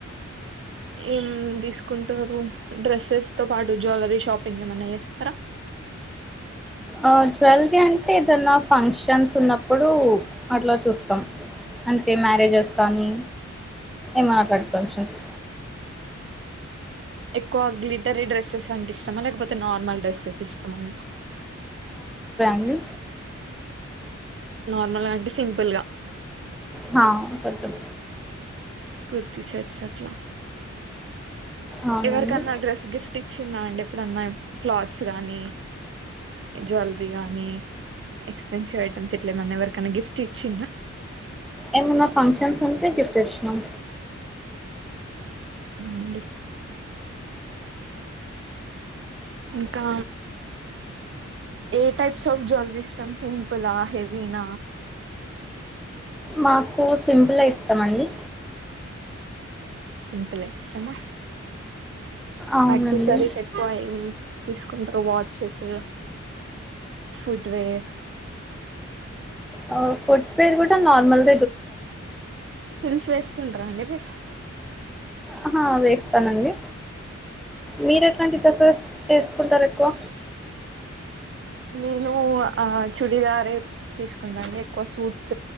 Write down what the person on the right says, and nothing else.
ఏం తీసుకుంటారు డ్రెస్సెస్ తో పాటు జ్యులరీ షాపింగ్ ఏమన్నా చేస్తరా
ఎక్కువ గ్లిటరీ డ్రస్సెస్ అంటే ఇష్టమా లేకపోతే నార్మల్ డ్రెస్సెస్ ఇష్టమా మీకు
నార్మల్గా అంటే సింపుల్గ
కుర్తిీ సెర్ట్స్ అట్ల
ఎవరికన్న డ్రెస్ గిఫ్ట్ ఇ ఇచ్చిందా అండి ఎప్పుడన్నా క్లాత్స్ గానీ జ్యువెలరీ గానీ ఎక్స్పెన్సివ్ ఐటెమ్స్ ఇట్ల ఏమన్నా ఎవరికన్నా గిఫ్ట్ ఇచ్చిందా
అండి ఇంకా ఏ టైప్స్ ఆఫ్ జ్యూలరీ ఇష్టం సింపులా హెవీన
సింపులె ఇష్టమా
యాక్సెసరీస్ ఎక్కువ ఏం తీసుకుంటరు వాచ్చెస్ ఫుట్ వేర్
హిల్స్ వేసుకుంటార్
నేను ఆ చుడిద్ధారే తీసుకుంటాండి ఎక్కువ సూట్స్